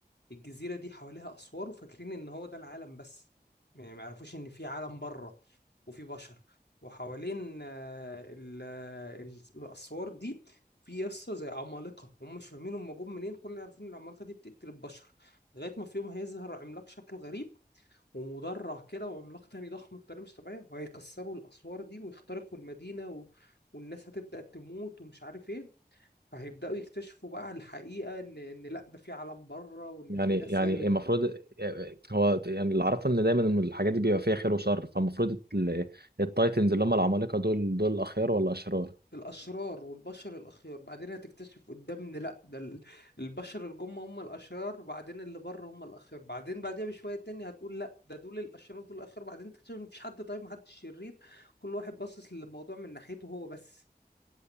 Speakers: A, on the left (about 90°); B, on the right (about 70°).
A: الجزيره دي حواليها اسوار وفاكرين ان هو ده العالم بس يعني ما يعرفوش ان في عالم بره وفي بشر وحوالين آه، ال- آه، ال- الاسوار دي في يسطا زي عمالقه هم مش فاهمين هم جم منين كل اللي عارفين ان العمالقه دي بتقتل البشر لغايه ما في يوم هيظهر عملاق شكله غريب ومدرع كده وعملاق تاني ضخم بطريقه مش طبيعيه وهيكسروا الاسوار دي ويخترقوا المدينه و... والناس هتبدأ تموت ومش عارف ايه فهيبدأوا يكتشفوا بقى الحقيقة إن إن لأ ده في عالم بره وإن
B: يعني
A: في ناس
B: يعني
A: هي اللي بت...
B: المفروض إيه- هو يعني اللي اعرفه ان دايما الحاجات دي بيبقى فيها خير وشر فالمفروض ال- التايتنز اللي هم العمالقه دول دول اخيار ولا اشرار
A: الأشرار والبشر الأخيار بعدين هتكتشف قدام إن لأ ده ال- البشر اللي جم هم الأشرار بعدين اللي بره هم الأخيار بعدين بعديها بشوية تاني هتقول لأ ده دول الأشرار ودول الأخيار بعدين تكتشف إن مفيش حد طيب محدش شرير كل واحد باصص للموضوع من ناحيته هو بس